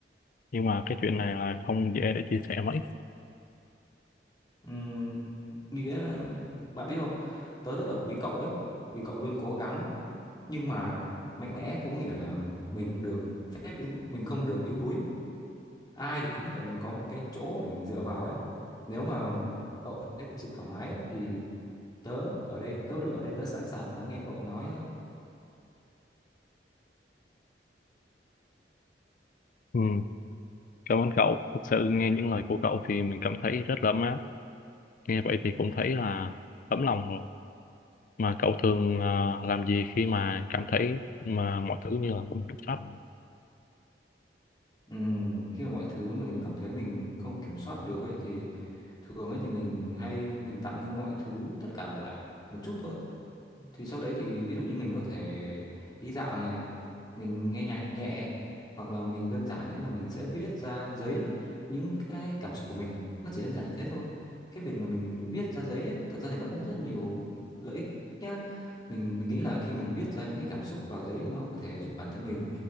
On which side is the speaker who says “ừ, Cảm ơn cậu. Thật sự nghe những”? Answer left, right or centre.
Left